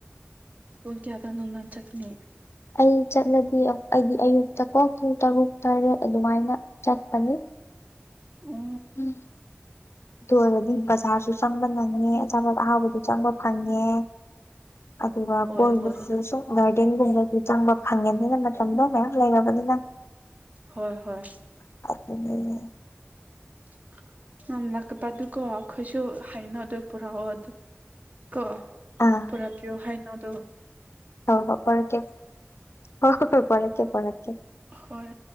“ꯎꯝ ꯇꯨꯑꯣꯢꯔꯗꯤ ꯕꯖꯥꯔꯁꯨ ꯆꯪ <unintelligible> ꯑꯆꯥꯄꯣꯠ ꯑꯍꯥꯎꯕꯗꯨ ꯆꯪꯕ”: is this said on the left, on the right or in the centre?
Left